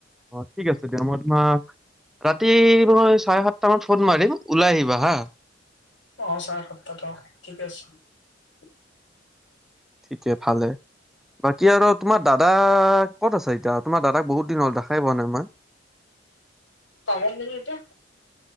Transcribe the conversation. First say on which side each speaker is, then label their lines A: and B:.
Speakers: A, in the centre; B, on the left.
A: অ ঠিক আছে দিয়া মই তোমাক ৰাতি মই চাৰে সাতটামান ফোন মাৰিম ওলাই আহিবা হা
B: অ চাৰে সাতটাৰ ঠিক আছে <inaudible>
A: ঠিকে ভালে বাকী আৰু তোমাৰ দাদা ক'ত আছে। এতিয়া তোমাৰ দাদাক বহুত দিন হ'ল দেখাই পোৱা নাই মই।
B: কামত নেকি এতিয়া